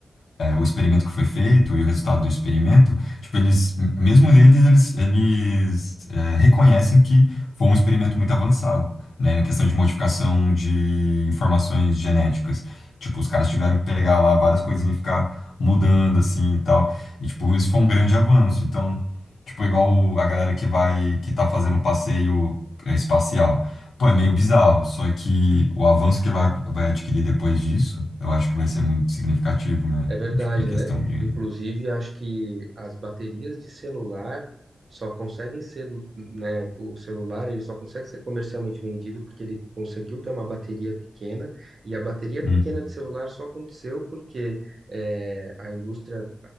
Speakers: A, on the left; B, on the right.
A: é, o experimento que foi feito e o resultado do experimento, tipo, eles, m- mesmo eles, eles, eles é, reconhecem que foi um experimento muito avançado, né? A questão de modificação de informações genéticas. Tipo, os caras tiveram que pegar lá várias coisinhas e ficar mudando, assim, e tal. E, tipo, isso foi um grande avanço. Então, tipo, igual a galera que vai, que tá fazendo o passeio é, espacial. Pô, é meio bizarro, só que o avanço que vai, vai adquirir depois disso, eu acho que vai ser muito significativo, né?
B: É verdade,
A: E, Tipo, em questão
B: né?
A: de.
B: Inclusive, acho que as baterias de celular só conseguem ser do, né, o celular, ele só consegue ser comercialmente vendido porque ele conseguiu ter uma bateria pequena, e a bateria
A: Hum.
B: pequena de celular só aconteceu porque é, a indústria